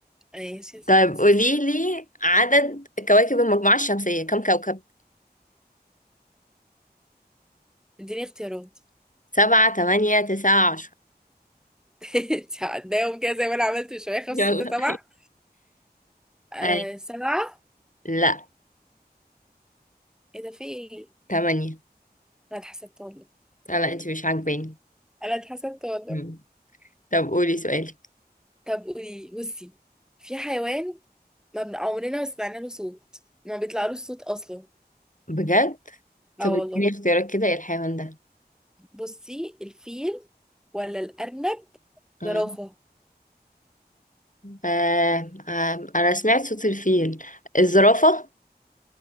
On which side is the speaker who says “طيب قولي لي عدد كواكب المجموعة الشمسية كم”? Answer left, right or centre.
Left